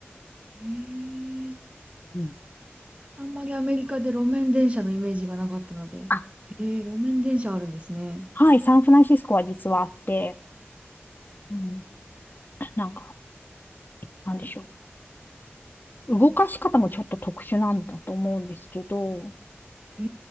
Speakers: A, on the right; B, on the left.
A: へえ。
B: うん。
A: あんまりアメリカで路面電車のイメージがなかったので。
B: あ、
A: へえ、路面電車あるんですね。
B: はい、サンフランシスコは実はあって、うん、なんか、なんでしょう。動かし方もちょっと特殊なんだと思うんですけど、
A: へ